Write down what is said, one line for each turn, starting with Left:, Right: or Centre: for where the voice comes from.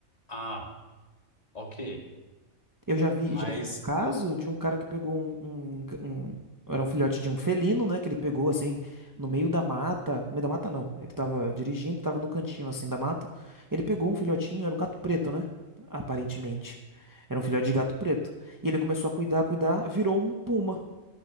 Left: Ah, ok.
Right: Eu já vi,
Left: Mas
Right: já vi um caso de um cara que pegou um, um, um- Era um filhote de um felino, né? Que ele pegou assim, no meio da mata. No meio da mata, não. Ele tava dirigindo, tava no cantinho assim da mata. Ele pegou um filhotinho, era um gato preto, né? Aparentemente. Era um filhote de gato preto. E ele começou a cuidar, cuidar, virou um puma.